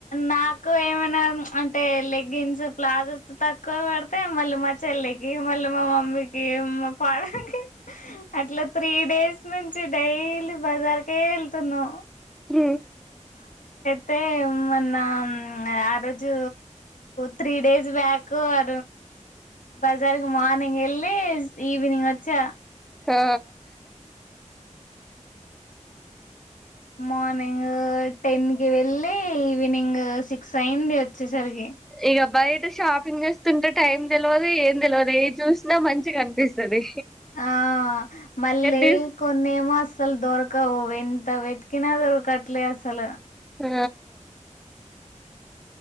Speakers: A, on the left (about 85°); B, in the centre.
A: నా ఎక్కువ ఏమైనా అంటే లెగ్గిన్స్ ప్లాజోస్ తక్కువ పడితే మళ్ళీ మా చెల్లె కి మళ్ళ ఇంట్ల మా మమ్మికి మా ఫాదర్ కి అట్లా త్రీ డేస్ నుంచి డైలీ బజార్కే వెళ్తున్నాం
B: హ
A: అతే మన్న ఆ రోజు త్రీ డేస్ బ్యాక్ ఆ బజార్కి మార్నింగ్ వెళ్ళి ఈవినింగ్ వచ్చా
B: ఆ
A: మార్నింగ్ టెన్ కి వెళ్ళి ఈ ఈవినింగ్ సిక్స్ అయింది వచ్చేసరికి
B: ఇక బయట షాపింగ్ చేస్తుంటే టైం తెలివదు ఏం తెలివదు ఏ చూసినా మంచి కనిపిస్తది
A: ఆ మళ్ళీ
B: తీస్
A: కొన్ని ఏమో అసల్ దొరకవు ఎంత వెతుకినా దొరుకట్లే అసల
B: ఆ